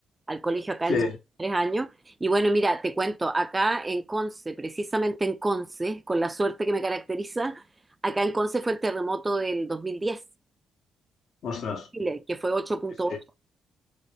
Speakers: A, on the right (about 20°); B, on the left (about 70°).
A: al colegio acá
B: Sí,
A: entran a los tres años. Y bueno, mira, te cuento, acá en Conce, precisamente en Conce, con la suerte que me caracteriza, acá en Conce fue el terremoto del 2010,
B: ostras.
A: Chile, que fue ocho punto
B: Sí, sí.
A: ocho.